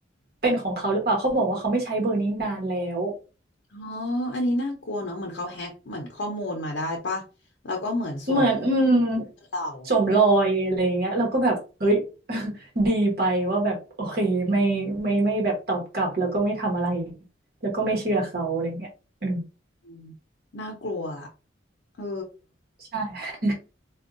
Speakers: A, on the right (about 55°); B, on the left (about 65°).
A: เป็นของเขาหรือเปล่าเขาบอกว่าเขาไม่ใช้เบอร์นี้นานแล้ว
B: อ๋ออันนี้น่ากลัวเนาะเหมือนเขาแฮ็กเหมือนข้อมูลมาได้ปะแล้วก็เหมือนสวม
A: เหมือนอืม
B: เรา
A: สวมรอยอะไรอย่างเงี้ยเราก็แบบเฮ้ย <laughs> ดีไปว่าแบบโอเคไม่ไม่ไม่ไม่แบบตอบกลับแล้วก็ไม่ทำอะไรแล้วก็ไม่เชื่อเขาอะไรเงี้ยเออ
B: อืมน่ากลัวอะเออ
A: ใช่